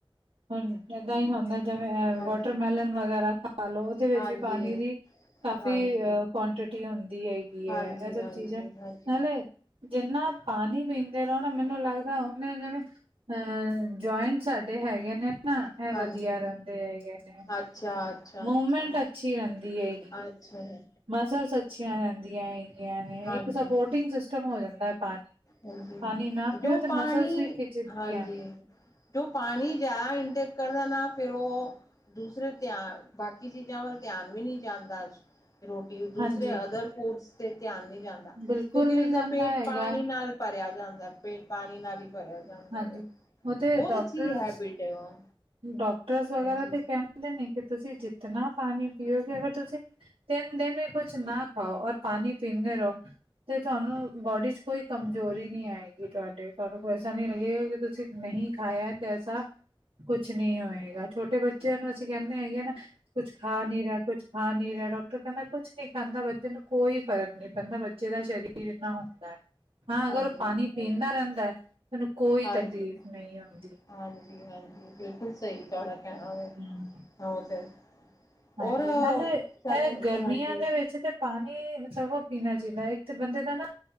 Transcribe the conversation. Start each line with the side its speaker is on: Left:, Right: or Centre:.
Right: ਹੁਣ ਏਦਾਂ ਹੀ ਹੁੰਦਾ ਜਿਵੇਂ
Left: ਹਾਂਜੀ
Right: ਵਾਟਰਮੈਲਨ ਵਗੈਰਾ ਖਾ ਲਓ ਉਹਦੇ ਵਿੱਚ
Left: ਹਾਂਜੀ
Right: ਵੀ ਪਾਣੀ ਦੀ ਕਾਫ਼ੀ
Left: ਹਾਂਜੀ
Right: ਅਹ ਕੁਆਂਟਿਟੀ ਹੁੰਦੀ ਹੈਗੀ
Left: ਹਾਂਜੀ
Right: ਹੈ ਇਹ ਸਭ
Left: ਹਾਂਜੀ
Right: ਚੀਜ਼ ਹੈੇ
Left: ਹਾਂਜੀ
Right: ਜਿੰਨਾ ਪਾਣੀ ਪੀਂਦੇ ਰਹੋ ਨਾ ਮੈਨੂੰ ਲੱਗਦਾ ਜਿਵੇਂ ਅਹ ਜੁਆਇੰਟ ਸਾਡੇ ਹੈਗੇ ਨੇ ਨਾ ਇਹ
Left: ਹਾਂਜੀ
Right: ਵਧੀਆ ਰਹਿੰਦੇ ਹੈਨੇ,
Left: ਅੱਛਾ ਅੱਛਾ
Right: ਮੂਮੈਂਟ
Left: ਅੱਛਾ
Right: ਅੱਛੀ ਆਉਂਦੀ ਹੈ
Left: ਅੱਛਾ ਜ
Right: ਮਸਲਸ ਅੱਛੀਆਂ ਰਹਿੰਦੀਆਂ ਹੈਗੀਆਂ ਨੇ,
Left: ਹਾਂਜੀ
Right: ਇੱਕ ਸਪੋਰਟਿੰਗ ਸਿਸਟਮ ਹੋ ਜਾਂਦਾ ਹੈ ਪਾਣੀ
Left: ਹਾਂਜੀ,
Right: ਪਾਣੀ ਨਾ ਪੀਓ
Left: ਜੋ
Right: ਤੇ
Left: ਪਾਣੀ
Right: ਮਸਲਸ ਵੀ ਖਿੱਚਦੀਆਂ
Left: ਹਾਂਜੀ
Right: ਨੇ
Left: ਜੋ ਪਾਣੀ ਜਿਆਦਾ ਇਨਟੇਕ ਦਾ ਨਾ ਫਿਰ ਉਹ ਦੂਸਰੇ ਧਿਆਨ ਬਾਕੀ ਚੀਜ਼ਾਂ ਵੱਲ ਧਿਆਨ ਵੀ ਨਹੀਂ ਜਾਂਦਾ ਰੋਟੀ
Right: ਹਾਂਜੀ
Left: ਦੂਸਰੇ ਅਦਰ ਫੂਡਸ ਤੇ ਧਿਆਨ ਨਹੀਂ ਜਾਂਦਾ
Right: ਬਿਲਕੁਲ
Left: ਕਿਉਂਕਿ
Right: ਨਹੀਂ
Left: ਉਸਦਾ
Right: ਜਾਂਦਾ
Left: ਪੇਟ
Right: ਹੈਗਾ,
Left: ਪਾਣੀ ਨਾਲ ਭਰਿਆ ਜਾਂਦਾ ਪੇਟ ਪਾਣੀ ਨਾਲ ਹੀ ਭਰਿਆ ਜਾਂਦਾ
Right: ਹਾਂਜੀ
Left: ਵ
Right: ਉਹ ਤੇ
Left: ਬਹੁਤ
Right: ਡਾਕਟਰ
Left: ਅੱਛੀ ਹੈਬਿਟ ਹੈ ਉਹ
Right: ਡਾਕਟਰਸ ਵਗੈਰਾ
Left: ਹਾਂਜੀ
Right: ਤੇ ਕਹਿੰਦੇ ਨੇ ਕਿ ਤੁਸੀਂ ਜਿਤਨਾ ਪਾਣੀ ਪੀਓਗੇ ਅਗਰ ਤੁਸੀਂ ਤਿੰਨ ਦਿਨ ਹੀ ਕੁਛ ਨਾ ਖਾਓ ਔਰ ਪਾਣੀ ਪੀਂਦੇ ਰਹੋ ਤੇ ਤੁਹਾਨੂੰ ਬੋਡੀ ਚ ਕੋਈ ਕਮਜ਼ੋਰੀ ਨੀ ਆਏਗੀ ਤੁਹਾਡੇ ਤੁਹਾਨੂੰ ਕੋਈ ਐਸਾ ਨੀ ਲੱਗੇਗਾ ਕਿ ਤੁਸੀਂ ਨਹੀਂ ਖਾਇਆ ਤੇੈਸਾ ਕੁਛ ਨੀ ਹੋਏਗਾ ਛੋਟੇ ਬੱਚਿਆਂ ਨੂੰ ਅਸੀਂ ਕਹਿੰਦੇ ਹੈਗੇ ਨਾ ਕੁੱਛ ਖਾ ਨਹੀਂ ਰਿਹਾ ਕੁੱਛ ਖਾ ਨੀ ਰਿਹਾ ਡਾਕਟਰ ਕਹਿੰਦਾ ਕੁਛ ਨੀ ਖਾਂਦਾ ਬੱਚੇ ਨੂੰ ਕੋਈ ਫਰਕ ਨਹੀਂ ਪੈਂਦਾ ਬੱਚਾ ਬੱਚੇ ਦਾ ਸਰੀਰ ਇੰਨਾ ਹੁੰਦਾ ਹੈ ਹਾਂ ਅਗਰ
Left: ਹਾਂਜੀ
Right: ਉਹ ਪਾਣੀ ਪੀਂਦਾ
Left: ਹਾਂਜੀ
Right: ਰਹਿੰਦਾ ਤੁਾਨੂੰ ਕੋਈ
Left: ਹਾਂਜੀ
Right: ਤਕਲੀਫ਼ ਨਹੀਂ ਆਦੀ
Left: ਹਾਂਜੀ ਹਾਂਜੀ ਬਿਲਕੁਲ ਸਹੀ ਤੁਹਾਡਾ ਕਹਿਣਾ ਹੋਵੇ
Right: ਹਮ
Left: ਉਹ ਤੇ
Right: ਹਾਂਜੀ
Left: ਔਰ
Right: ਨਾਲੇ ਇਹ
Left: ਸਾਨੂੰ
Right: ਗਰਮੀਆਂ
Left: ਹਾਂਜੀ
Right: ਦੇ ਵਿੱਚ ਤੇ ਪਾਣੀ ਸਗੋਂ ਪੀਣਾ ਚਾਹੀਦਾ ਇੱਕ ਬੰਦੇ ਦਾ ਨਾ